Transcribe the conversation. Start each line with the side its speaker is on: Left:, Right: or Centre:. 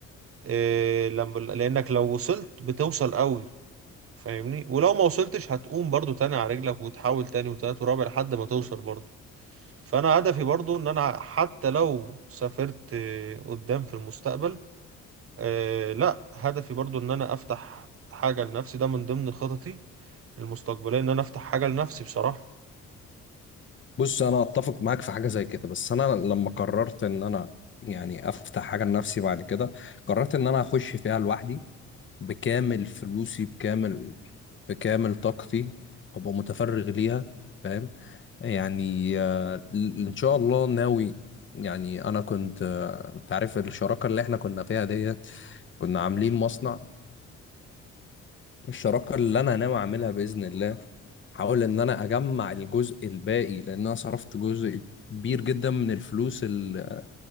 Right: آه، لما لانك لو وصلت بتوصل قوي فاهمني ولو ما وصلتش هتقوم برضو تاني على رجلك وتحاول تاني وتالت ورابع لحد ما توصل برضو فانا هدفي برضو ان انا حتى لو سافرت آه، قدام في المستقبل آه لا هدفي برضو ان انا افتح حاجة لنفسي ده من ضمن خططي المستقبلية ان انا افتح حاجة لنفسي بصراحة
Left: بص انا اتفق معاك في حاجة زي كده بس انا لما قررت ان انا يعني افتح حاجة لنفسي بعد كده قررت ان انا اخش فيها لوحدي بكامل فلوسي بكامل بكامل طاقتي ابقى متفرغ ليها فاهم يعني آه، ان شاء الله ناوي يعني انا كنت آه، انت عارف الشراكه اللي احنا كنا فيها ديت كنا عاملين مصنع فالشراكه اللي انا ناوي اعملها باذن الله هحاول ان انا اجمع الجزء الباقي لان انا صرفت جزء كبير جدا من الفلوس ال-